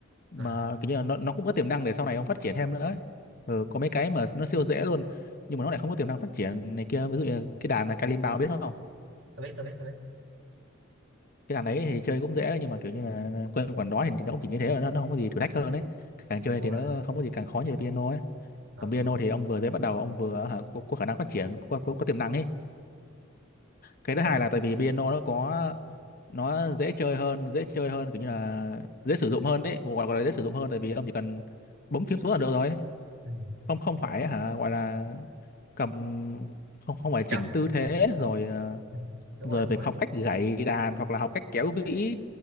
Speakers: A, on the left; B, on the right.
A: Mà
B: à
A: kiểu như là nó nó cũng có tiềm năng để sau này ông phát triển thêm nữa ấy. Ừ, có mấy cái mà nó siêu dễ luôn nhưng mà nó lại không có tiềm năng phát triển này kia, ví dụ như
B: Ừ.
A: cái đàn là kalimba ông biết không?
B: tôi biết tôi biết tôi biết
A: cái đàn đấy thì chơi cũng dễ nhưng mà kiểu như là quên quản đó thì nó cũng chỉ như thế rồi nó, nó không có gì thử thách hơn đấy càng chơi
B: đúng
A: thì
B: rồi
A: nó không có gì càng khó như là piano ấy
B: ờ
A: còn piano thì ông vừa dễ bắt đầu ông vừa hả, có, có khả năng phát triển có, có, có tiềm năng ấy cái
B: đúng
A: thứ hai
B: rồi
A: là tại vì piano nó có nó dễ chơi hơn dễ chơi hơn kiểu như là dễ sử dụng hơn đấy gọi, gọi là dễ sử dụng hơn tại vì ông chỉ cần bấm phím xuống là được rồi
B: ừ.
A: không không phải hả gọi là cầm không không phải chỉnh
B: cầm
A: tư thế rồi ờ,
B: ừ. đúng
A: rồi
B: rồi đúng
A: phải
B: rồi
A: học cách gảy đàn hoặc là học cách kéo vĩ